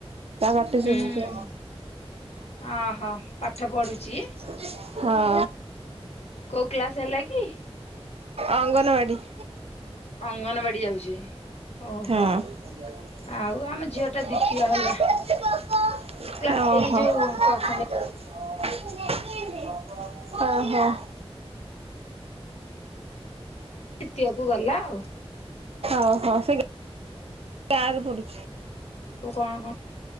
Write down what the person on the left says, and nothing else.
ହୁଁ ଓହୋ ପାଠ ପଢୁଛି
କୋଉ କ୍ଲାସ ହେଲା କି?
ଅଙ୍ଗନବାଡି ଯାଉଛି।
ଓହୋ
ଆଉ ଆମ ଝିଅ ଟା ଦ୍ଵିତୀୟ ହେଲା
କ୍ଲା ଏଇ ଯୋଉ ପ୍ରଥମେ
ଦିତୀୟକୁ ଗଲା ଆଉ।
ତୁ କଣ କଣ?